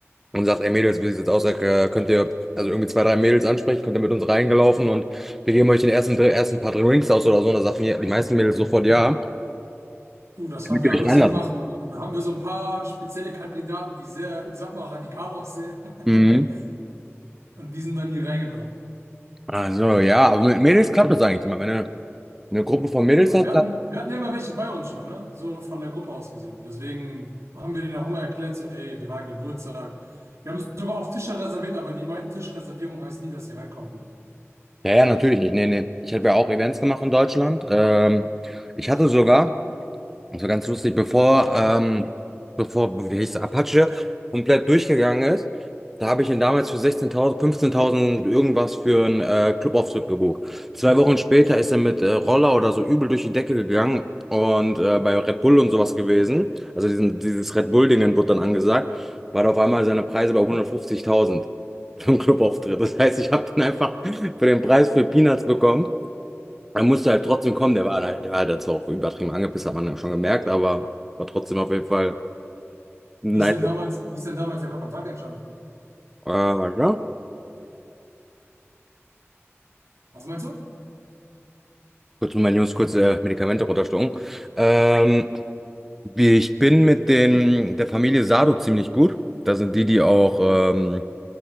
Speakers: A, in the centre; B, on the right.
A: und sagt, ey Mädels, wie sieht's jetzt aus? Äh, Könnt ihr also irgendwie zwei, drei Mädels ansprechen, könnt ihr mit uns reingelaufen und wir geben euch den ersten, Dr- ersten paar Drinks aus oder so. Und da sagen die, die meisten Mädels sofort ja,
B: Du, das
A: damit
B: haben wir
A: ihr
B: alles
A: euch reinlassen.
B: gemacht, aber da haben wir so ein paar spezielle Kandidaten, die sehr, ich sag mal, radikal aussehen.
A: Mhm.
B: <laughs> Und die sind dann nie reingekommen.
A: Also ja, aber mit Mädels klappt das eigentlich immer. Wenn du eine Gruppe von Mädels
B: Aber
A: hast,
B: wir
A: klappt.
B: hatten, wir hatten ja immer welche bei uns schon, ne? So von der Gruppe aus gesehen. Deswegen haben wir denen auch immer erklärt, so, ey, wir waren Geburtstag. Wir haben sogar auf Tische reserviert, aber die meinten, Tischreservierung heißt nie, dass ihr reinkommen dürft.
A: Ja, ja, natürlich nicht. Nee, nee. Ich habe ja auch Events gemacht in Deutschland. Ähm, ich hatte sogar. Das war ganz lustig, bevor, ähm, bevor, wie hieß es, Apache komplett durchgegangen ist, da habe ich ihn damals für 16.000, 15.000 irgendwas für einen äh, Clubauftritt gebucht. Zwei Wochen später ist er mit äh, Roller oder so übel durch die Decke gegangen und äh, bei Red Bull und sowas gewesen, also diesen, dieses Red Bull-Dingen wurde dann angesagt, war da auf einmal seine Preise bei 150.000 für einen Clubauftritt. Das heißt, ich habe den einfach für den Preis für Peanuts bekommen. Er musste halt trotzdem kommen, der war, halt- der war halt zwar auch übertrieben angepisst, hat man ja schon gemerkt, aber war trotzdem auf jeden Fall nice.
B: Wie ist denn damals, wie ist denn damals der Kontakt entstanden?
A: Äh, warte, ja.
B: Was meinst du?
A: kurz mal meine Jungs, kurz äh, Medikamente runterschlucken. Ähm, ich bin mit den, der Familie Sado ziemlich gut. Da sind die, die auch ähm,